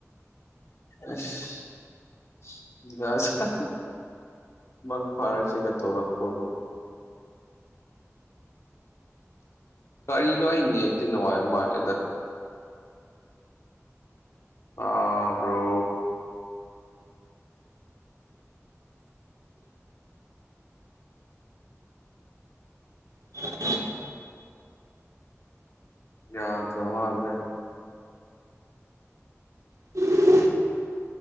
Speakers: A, on the left; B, on the right.
A: ꯑꯁ <unintelligible> ꯃꯪ ꯐꯔꯁꯦꯒ ꯇꯧꯔꯛ ꯄ꯭ꯔꯣꯕ ꯀꯔꯤꯅꯣ ꯑꯩ ꯅꯦꯠꯇꯤ ꯅꯨꯡꯉꯥꯏꯕ ꯃꯥꯜꯂꯦꯗ ꯇꯥ ꯕ꯭ꯔꯣ
B: ꯂꯧꯁꯤꯟꯕ ꯉꯝꯗꯕ
A: ꯌꯥꯗ꯭ꯔꯋꯥꯂꯦ
B: <unintelligible>